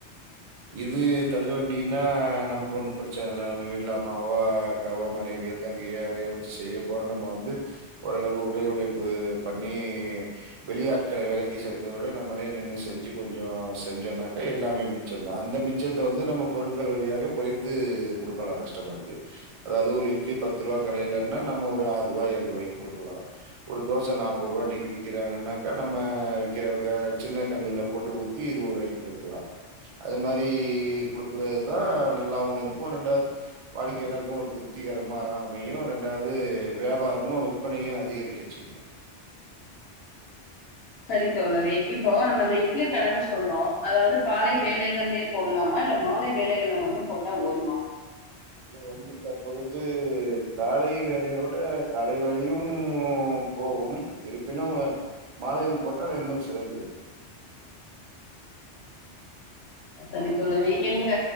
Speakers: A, on the right; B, on the left.
A: இது தள்ளு வண்டினா நமக்கு ஒன்னு பிரச்சன இல்ல நம்ம வீட்ல அம்மாவோ அக்காவோ மனைவியோ தங்கையோ யாரயோ வெச்சு செய்ய போறோ நம்ம வந்து ஓரளவு உடல் உழைப்பு பண்ணி வெளி ஆட்கள வேலைக்கு சேர்க்கறத விட நம்மளே நின்னு செஞ்சு கொஞ்ச செஞ்சோனாக்க எல்லாமே மிச்சந்தா அந்த மிச்சத்த வந்து நம்ம பொருட்கள் வழியாக குறைத்து கொடுக்கலா கஸ்டமருக்கு அதாவது ஒரு இட்லி பத்து ருவா கடயிலன்னா நம்ம ஒரு ஆறுவா ஏழ்ருவாய்க்கு குடுக்கலா ஒரு தோச நாப் பது ருவா இன்னைக்கு விக்கிறாங்கன்னாக்கா நம்ம வி க சின்ன கல்லுல போட்டு ஊத்தி இருவது ருவாய்க்கு குடுக்கலா அது மாரி குடுக்குறதுதா நல்லாவு இருக்கு ரெண்டாது வாடிக்கையாளாருக்கு ஒரு திருப்திகரமா அமையு ரெண்டாவுது வியாபாரமு விற்பனையு அதிகரிக்க செய்யு
B: செரி தோழரே இப்போ நம்ம அந்த இட்லி கடன் சொல்றோ அத வந்து காலை வேலைகள்லே போடலாமா இல்ல மாலை வேலைகள்ல மட்டு போட்டா ஒடுமா
A: இப்ப வந்து தற்பொழுது காலை வேலையோட காலை வேலையும் போகும் இருப்பினும் மாலையில் போட்டால் இன்னும் சிறந்தது
B: சரி தோழரே எங்க